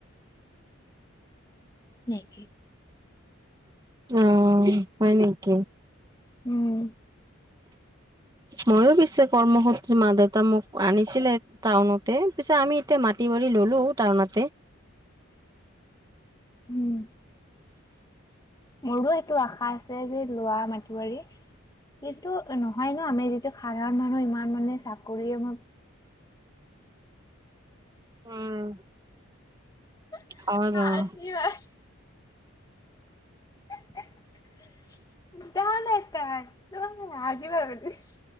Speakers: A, on the left; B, on the right.
A: <inaudible>
B: অ' হয় নেকি।
A: উম।
B: ময়ো পিছে, কৰ্মসূত্ৰে মা, দেউতা মোক আনিছিলে। টাউনতে, পিছে আমি এতিয়া মাটি বাৰী ললো টাউনতে।
A: উম। মোৰো সেইটো আশা আছে যে লোৱা মাটি বাৰী। কিন্তু নহয় ন আমি যিটো সাধাৰণ মানুহ ইমান মানে চাকৰি আম
B: উম।
A: <unintelligible>
B: হয় বাৰু
A: <unintelligible>